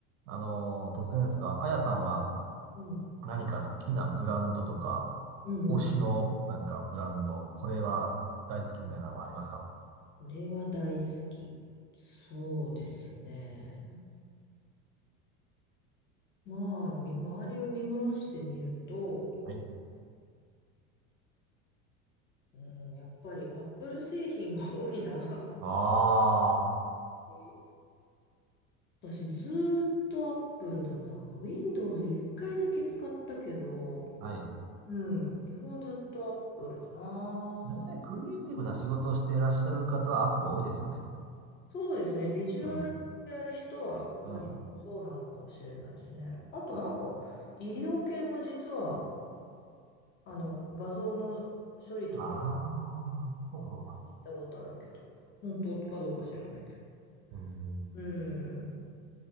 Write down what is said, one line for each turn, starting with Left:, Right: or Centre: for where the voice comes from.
Right: あのー突然ですが、あやさんは
Left: うん。
Right: 何か好きなブランドとか、
Left: うんうん。
Right: 推しのなんかブランド、これは大好きみたいなのはありますか
Left: これは大好き。そうですね。まあ、み周りを見回してみると、
Right: はい。
Left: うん、やっぱりアップル製品が <laughs> 多いな。
Right: あ
Left: <laughs> え私ずーっとアップルだな。Windows 一回だけ使ったけど、
Right: あ、はい。
Left: うん、基本ずっとアップルだな。
Right: 大体クリエイティブな仕事をしていらっしゃる方はアップル多いですよね。
Left: そうですね。ビジュアルやる人は割とそうなのかもしれないですね。
Right: うん。うん。
Left: あとなんか、医療系も実はあの、画像の処理とかもあっ
Right: ああ、そうかそうか。
Left: て聞いたことあるけど、本当かどうか知らないけど。
Right: うーん。
Left: うん。